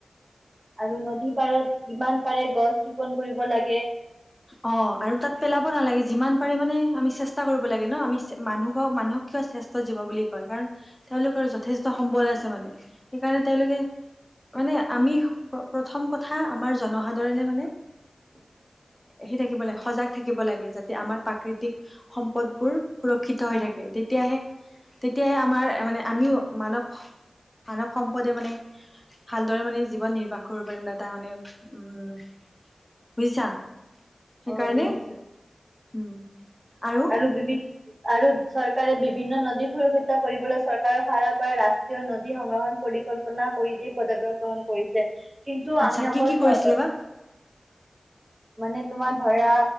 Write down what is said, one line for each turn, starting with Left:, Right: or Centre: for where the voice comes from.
Right: আৰু নদী পাৰত যিমান পাৰে গছ ৰোপন কৰিব লাগে।
Left: অঁ! আৰু তাত পেলাব নালাগে, যিমান পাৰে মানে আমি চেষ্টা কৰিব লাগে ন। আমি মানুহক-মানুহক শ্ৰেষ্ঠ জীৱ বুলি কয় কাৰণ তেওঁলোকৰ যথেষ্ট সম্বল আছে মানে। সেইকাৰণে তেওঁলোকে মানে আমি প্ৰথম কথা আমাৰ জনসাধাৰণে মানে
Right: <inaudible>
Left: সি থাকিবলে সজাগ থাকিব লাগে যাতে আমাৰ প্ৰাকৃতিক সম্পদবোৰ সুৰক্ষিত হৈ থাকে তেতিয়াহে তেতিয়াই আমাৰ মানে আমিও মানৱ-মানৱ সম্পদে মানে ভালদৰে মানে জীৱন নিৰ্বাহ কৰিব পাৰিম তাৰ মানে উম। বুজিছা? সেইকাৰণে
Right: অ বুজিছো
Left: উম, আৰু
Right: আৰু বিভি-আৰু চৰকাৰে বিভিন্ন নদী <unintelligible> কৰিবলৈ চৰকাৰৰ ফালৰ পৰা ৰাস্তা তেওঁ নদী সংগ্ৰহণ পৰিকল্পনা কৰি দি <unintelligible> গ্ৰহণ কৰিছে। কিন্তু
Left: আচ্ছা
Right: আমি
Left: কি
Right: অকল
Left: কি
Right: চৰ
Left: কৰিছিলে বা
Right: মানে তোমাৰ ধৰা